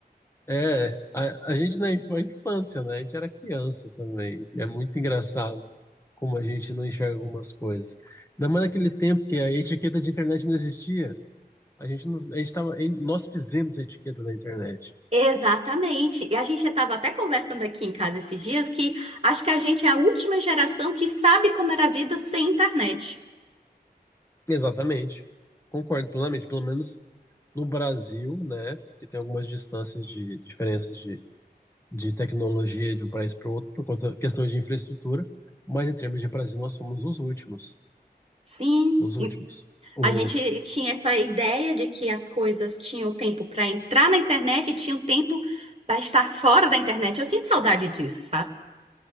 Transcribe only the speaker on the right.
Exatamente. E a gente estava até conversando aqui em casa esses dias que acho que a gente é a última geração que sabe como era a vida sem internet.
Sim.
A gente tinha essa ideia de que as coisas tinham tempo para entrar na internet e tinham tempo para estar fora da internet. Eu sinto saudade disso, sabe?